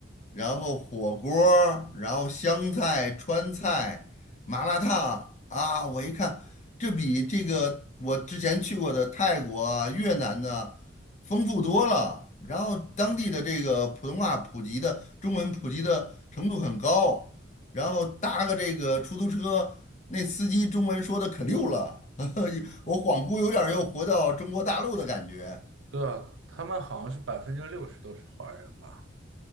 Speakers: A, on the left; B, on the right.
A: 然后火锅儿然后湘菜、川菜、麻辣烫啊，我一看，这比这个我之前去过的泰国啊越南呢、丰富多了。然后当地的这个普通话普及的中文普及的程度很高，然后搭个这个出租车，那司机中文说的可溜了，<laughs> 我恍惚有点儿又回到中国大陆的感觉。
B: 对啊，他们好像是百分之六十都是华人吧，